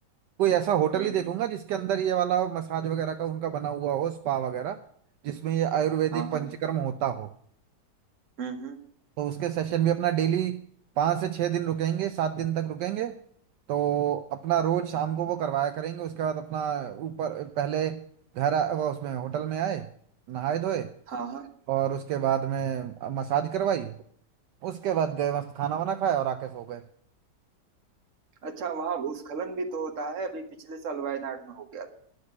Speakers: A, on the right; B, on the right.
A: कोई ऐसा होटल
B: हम्म
A: ही देखूंगा
B: हम्म
A: जिसके अंदर ये वाला मसाज वगैरह का उनका बना हुआ हो स्पा वगैरह जिसमें ये आयुर्वेदिक
B: हाँ
A: पंचकर्म
B: हाँ
A: होता हो
B: हम्म हम्म
A: तो उसके सेशन भी अपना डेली पाँच से छः दिन रुकेंगे सात दिन तक रुकेंगे तो अपना रोज शाम को वो करवाया करेंगे उसके बाद अपना ऊपर पहले घर आ- वो उसमें होटल में आए नहाए धोए
B: हाँ हाँ
A: और उसके बाद में मसाज करवाई उसके बाद गए मस्त खाना वाना खाया और आके सो गए
B: अच्छा वहाँ भूस्खलन भी तो होता है अभी पिछले साल वायनाड में हो गया